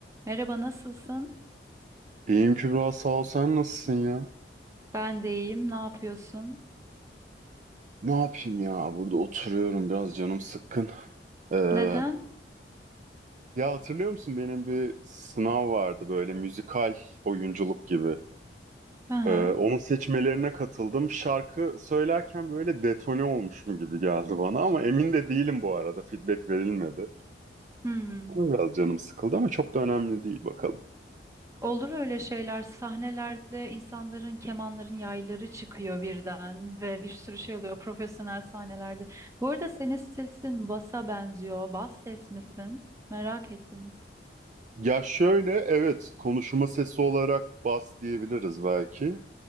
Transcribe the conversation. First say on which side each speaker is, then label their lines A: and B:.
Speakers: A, on the right; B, on the right.
A: Merhaba, nasılsın?
B: İyiyim Kübra sağ ol sen nasılsın ya?
A: Ben de iyiyim. Ne yapıyorsun?
B: Ne yapayım ya burada oturuyorum biraz canım sıkkın. Ee,
A: Neden?
B: ya hatırlıyor musun benim bir sınav vardı böyle müzikal oyunculuk gibi.
A: Hı hı.
B: Ee, onun seçmelerine katıldım. Şarkı söylerken böyle detone olmuşum gibi geldi bana ama emin de değilim bu arada feedback verilmedi.
A: Hmm.
B: Ona Biraz canım sıkıldı ama çok da önemli değil bakalım.
A: Olur öyle şeyler. Sahnelerde insanların, kemanların yayları çıkıyor birden ve bir sürü şey oluyor profesyonel sahnelerde. Bu arada senin sesin basa benziyor. Bas ses misin? Merak ettim.
B: Ya şöyle evet konuşma sesi olarak bas diyebiliriz belki.